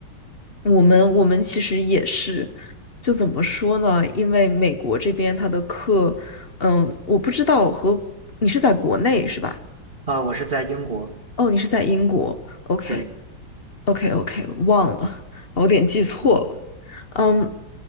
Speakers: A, on the left; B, on the right.
A: 我们我们其实也是，就怎么说呢？因为美国这边它的课，嗯，我不知道和你是在国内是吧？
B: 啊，我是在英国，
A: 哦，你是在英国，OK
B: 对，
A: OK OK，忘了，我有点记错了。
B: 嗯
A: 嗯，